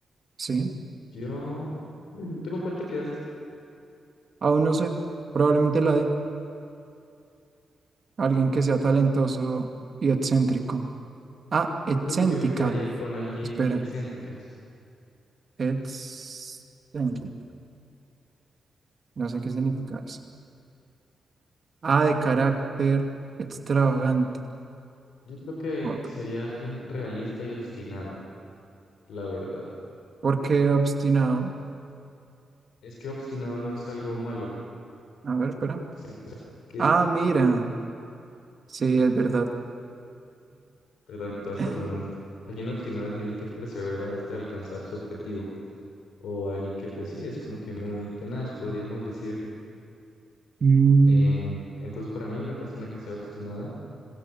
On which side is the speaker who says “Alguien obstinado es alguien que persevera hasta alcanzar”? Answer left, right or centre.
Left